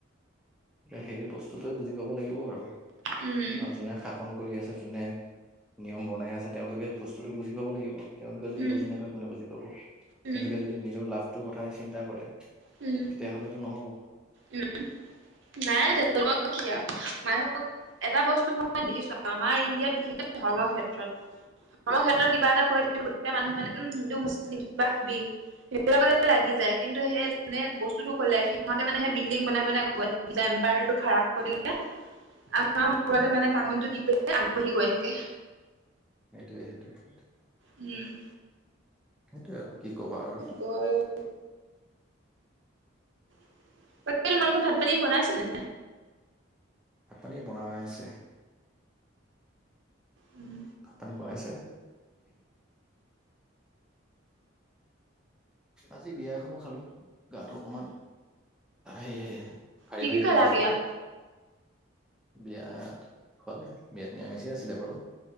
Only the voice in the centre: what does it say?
সেই বস্তুটো বুজি পাব লাগিব আৰু
আও যোনে খাক খন কৰি আছে, যোনে নিয়ম বনাই আছে, তেওঁলোকে বস্তুটো বুজি পাব লাগিব। তেওঁলোকে যদি
বুজি নাপায় কোনে বুজি পাব?
তেওঁলোকে যদি নিজৰ লাভটোৰ কথাই চিন্তা কৰে
তেতিয়া হ'লেটো নহ'ব।
সেইটোয়ে সেইটোয়ে সেইটো
সেইটোয়ে আৰু কি ক'বা আৰু।
ভাত পানী বনাই আছে।
ভাত পানী বনাইছে? আজি বিয়া এখনো খালো। গাটো অকণমান এই সেই সেই ভাৰী
ভাৰী
হৈ আছে
এতিয়া। বিয়াত খোৱালে বিয়াত নিৰামিষেই আছিলে বাৰু,